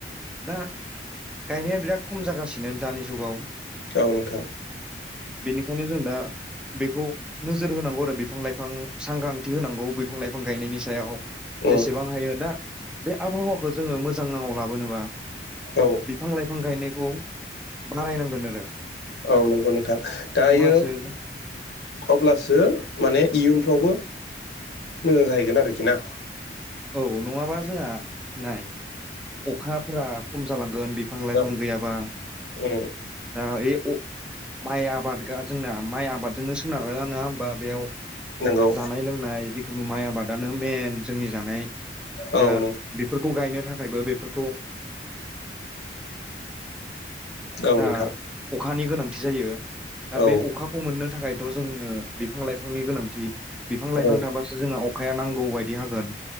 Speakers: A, in the centre; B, on the left.
A: दा गायनाया बिराद खम जागासिनो दानि जुगाव।
B: औ नोंथां।
A: बेनिखायनो जों दा बेखौ नोजोर होनांगौ आरो बिफां लाइफां सांग्रांथि होनांगौ बिफां लाइफां गायनायनि सायाव।
B: उम
A: जेसेबां हायो दा बे आबहावाखौ जोङो मोजांङाव लाबोनोबा
B: औ।
A: बिफां लाइफां गायनायखौ बारायनांगोन आरो।
B: औ नंगौ नोंथां दायो
A: अब्लासो
B: अब्लासो माने इयुनफ्रावबो मोजां जाहैगोन आरोखि ना?
A: औ नङाबा जोंहा नाय अखाफोरा खम जालांगोन बिफां लाइफां
B: औ
A: गैयाबा
B: उम
A: दा <unintelligible> माइ आबाद जोंना माइ आबादजोंनो सोनारो नङा होमबा बेयाव
B: नंगौ
A: जानाय लोंनाय जिखुनु माइ आबादानो मेन जोंनि जानाय
B: औ
A: दा
B: नों
A: बेफोरखौ गायनो थाखाय थाखायबो बेफोरखौ
B: औ
A: जा
B: नोंथां
A: अखानि गोनांथि जायो दा
B: औ
A: बे अखा बेखौ मोननो थाखायथ' दोंनो बिफां लाइफांनि गोनांथि बिफां लाइफां
B: औ
A: थाबासो अखाया नांगौ बायदि हागोन